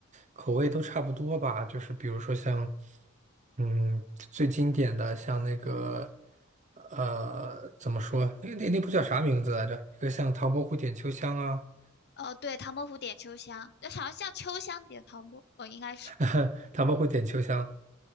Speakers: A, on the right; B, on the left.
A: 口味都差不多吧。就是比如说像，嗯，最经典的像那个，呃，怎么说？那那那部叫啥名字来着？一个像《唐伯虎点秋香》啊，
B: 哦，对，《唐伯虎点秋香》，要想要叫秋香点唐伯，哦，应该是，
A: <laughs>《唐伯虎点秋香》。